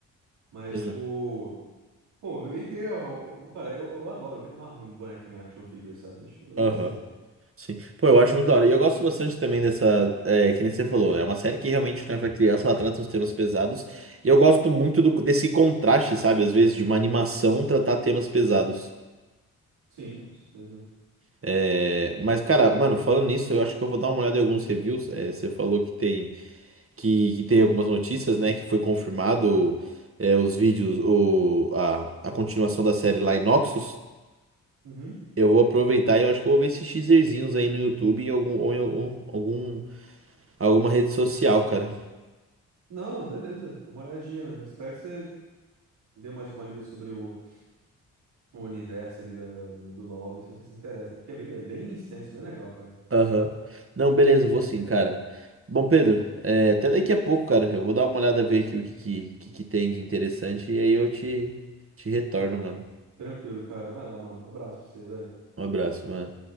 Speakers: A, on the right; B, on the right.
A: Mas,
B: Exato.
A: tipo, pô, vender, ó, ó, cara, eu, eu adoro, eu me amarro em um bonequinho action figure, sabe? Acho que poderia
B: Aham.
A: ser.
B: Sim. Pô, eu acho muito da hora. E eu gosto bastante também dessa. É, que nem você falou. É uma série que realmente não é pra criança, ela trata uns temas pesados. E eu gosto muito do- desse contraste, sabe? Às vezes, de uma animação tratar temas pesados.
A: Sim, com certeza.
B: É, mas, cara, mano, falando nisso, eu acho que eu vou dar uma olhada em alguns reviews. É, você falou que tem. que, que teve algumas notícias, né? Que foi confirmado é, os vídeos, o, a, a continuação da série lá em Noxus.
A: Uhum.
B: Eu vou aproveitar e eu acho que eu vou ver esses teaserzinhos aí no YouTube em algum, ou em algum, algum- alguma rede social, cara.
A: Não, beleza, dá uma olhadinha. eu Espero que você dê mais uma lida sobre o, o universo ali da, do, do LoL, ver se você se interessa, porque é bem, é bem extenso, bem legal, cara.
B: Aham. Não, beleza, eu vou sim, cara. Bom, Pedro, é, até daqui a pouco, cara. Eu vou dar uma olhada, ver aqui o que, que, que que tem de interessante e aí eu te, te retorno, mano.
A: Tranquilo, cara. Vai lá, mano. Um abraço pra você, velho.
B: Um abraço, mano.